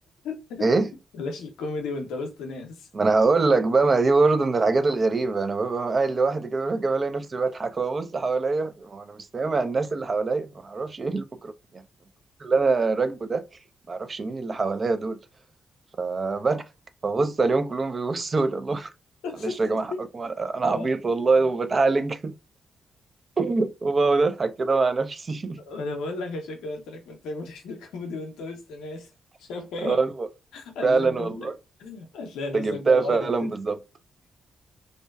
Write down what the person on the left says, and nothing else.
<laughs>
بلاش الكوميدي وانت وسط ناس
<laughs>
لا
انا بقول لك عشان كده قلت لك قلت لك بلاش الكوميدي وانت وسط ناس <laughs> شباب
هتلاقي
نفسك
هتلاقي نفسك
بقى واحده
بتضحك